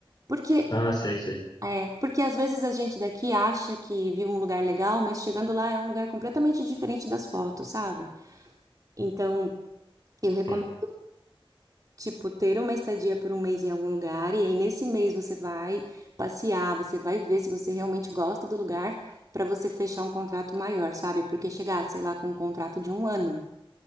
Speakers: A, on the right; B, on the left.
A: Porque,
B: Ah, sei, sei.
A: é, porque às vezes a gente daqui acha que viu um lugar legal, mas chegando lá é um lugar completamente diferente das fotos, sabe? Então, eu recomendo,
B: Sim.
A: tipo, ter uma estadia por um mês em algum lugar, e aí nesse mês você vai passear, você vai ver se você realmente gosta do lugar, para você fechar um contrato maior, sabe? Porque chegar, sei lá, com um contrato de um ano,